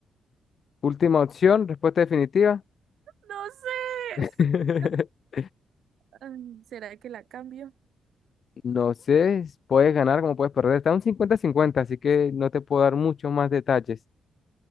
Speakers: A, on the left (about 50°); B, on the right (about 75°).
A: Última opción, respuesta definitiva.
B: No sé.
A: <laughs>
B: <laughs> Mm, ¿Será que la cambio?
A: No sé, puedes ganar como puedes perder. Está un cincuenta-cincuenta, así que no te puedo dar muchos más detalles.